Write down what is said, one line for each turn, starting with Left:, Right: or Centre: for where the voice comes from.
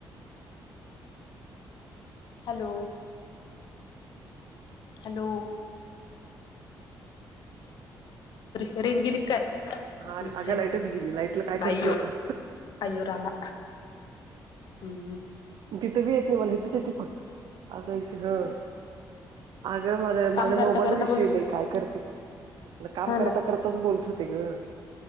Left: हॅलो, हॅलो, रेंज गेली की काय?
Right: हार
Left: हम्म,
Right: अगं
Left: हाय
Right: लाईटच
Left: हाय
Right: गेली. लाईटला काय
Left: बायो
Right: करती आता,
Left: अयो रामा हम्म,
Right: तिथं बी येत नाय मला, हीथच येते फक्त असा विषय ह. अगं मझ
Left: काम
Right: माझ्या
Left: करता
Right: मोबाईलच
Left: करता
Right: विषश
Left: बोलू
Right: आहे. बाई,
Left: शक
Right: काय करते मग काम
Left: हा
Right: करत
Left: ना
Right: करतच बोलत होते ग